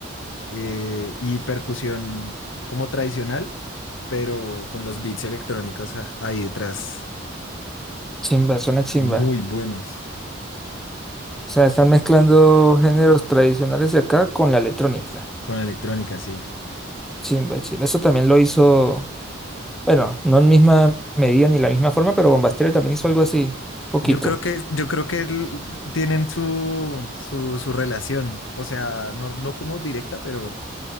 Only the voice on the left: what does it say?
eh, y percusión como tradicional, pero con los beats electrónicos a- ahí detrás,
muy buenos.
Con la electrónica, sí.
Yo creo que, yo creo que el- tienen su, su, su relación. O sea, no, no como directa, pero